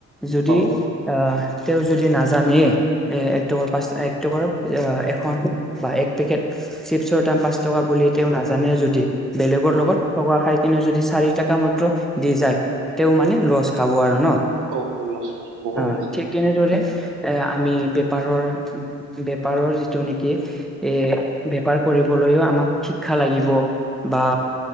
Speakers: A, in the centre; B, on the right (about 75°).
A: যদি
B: অ',
A: আহ তেওঁ যদি নাজানে এ একট পচ একট এখন বা এক পেকেট চিপছৰ দাম পাঁচ টকা বুলি তেওঁ নাজানে যদি বেলেগৰ
B: অ'।
A: লগত থকা খাই কেনে যদি চাৰি টকা মাত্ৰ দি যায় তেওঁ মানে লচ খাব আৰু ন'?
B: <unintelligible>
A: অ ঠিক তেনেদৰে এ আমি বেপাৰৰ বেপাৰৰ যিটো নেকি এ বেপাৰ কৰিবলৈও আমাক শিক্ষা লাগিব বা